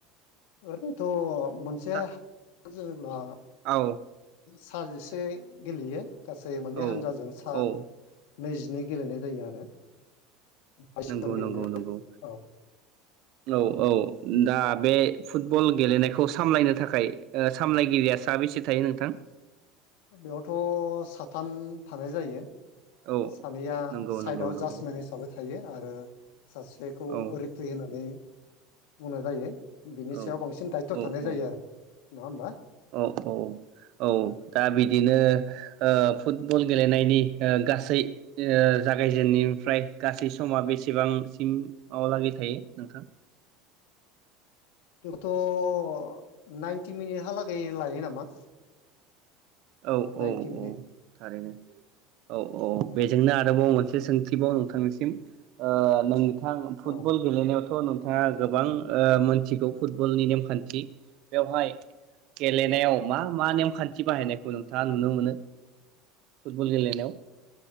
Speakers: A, on the left; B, on the right.
A: ओैरैनोथ' मोनसे
B: सा
A: जेनेब्ला
B: औ
A: सा जिसे गेलेयो। गासै मोननै
B: औ
A: हानजाजों सा नैजि
B: औ
A: बिदिनो गेलेनाय जायो आरो बाइस
B: नंगौ
A: जन गेलेनाय
B: नंगौ नंगौ
A: औ
B: औ औ दा बे फुटबल गेलेनायखौ सामलायनो थाखाय सामलायगिरिया सााबेसे थायो नोंथां?
A: बेयावथ' साथाम थानाय जायो।
B: औ
A: सानैया
B: नंगौ
A: साइदआव
B: नंगौ नंगौ
A: जास मेन हिसाबै थायो। आरो सासेखौ
B: औ
A: रिफ्रि होनानै बुंनाय जायो। बिनि सायाव
B: औ
A: बांसिन दायथ'
B: औ
A: थानाय जायो
B: औ
A: आरो नङा होमबा
B: औ औ औ। दा बिदिनो ओ फुटबल गेलेनायनि ओ गासै ओ जागायजेननायनिफ्राय गासै समा बेसेबांसिम आव लागै थायो नोंथां?
A: <unintelligible> नाइनटि मिनिटहालागै लायो नामा?
B: औ
A: नाइनटि
B: औ
A: मिनिट
B: औ थारैनो औ औ। जोंनो आरोबाव मोनसे सोंथिबाव नोंथांनिसि <inaudible> ओ नों थां फुटबल
A: औ
B: गेलेनायाव त नोंथाङा गोबां ओ मोनथिगौ फुटबलनि नेमखान्थि बेवहाय गेलेनायाव मा मा नेमखान थि बाहायनाय खौ नोंथाङा नुनो मोनो? फुटबल गेलेनायाव